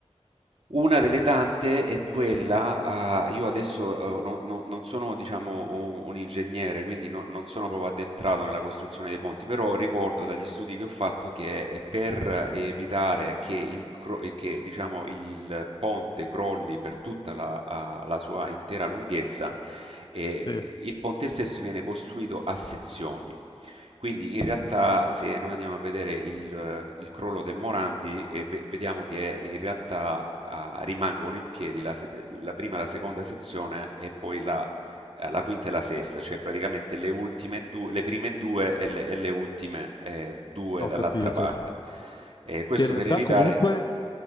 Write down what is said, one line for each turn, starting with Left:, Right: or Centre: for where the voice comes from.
Right: Una delle tante è quella a io adesso, uhm, no no non sono diciamo u un ingegnere, quindi no non sono proprio addentrato nella costruzione dei ponti, però ricordo dagli studi che ho fatto che, ehm, per evitare che il cro ehm, che diciamo il ponte crolli per tutta la a la sua intera lunghezza, ehm,
Left: sì,
Right: il ponte stesso viene costruito a sezioni. Quindi in realtà se noi andiamo a vedere il, eh, il crollo del Morandi e ve- vediamo che in realtà ah, rimangono in piedi la, se- la prima e la seconda sezione e poi la, eh, la quinta e la sesta, cioè praticamente le ultime due, le prime due e le, e le ultime eh, due
Left: ho
Right: dall'altra
Left: capito.
Right: parte. Eh, questo
Left: In realtà
Right: per evitare...
Left: comunque